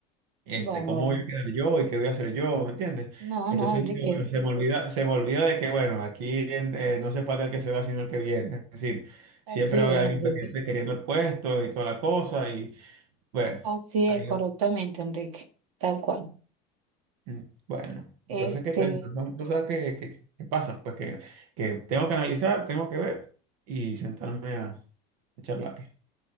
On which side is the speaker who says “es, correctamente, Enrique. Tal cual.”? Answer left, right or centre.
Right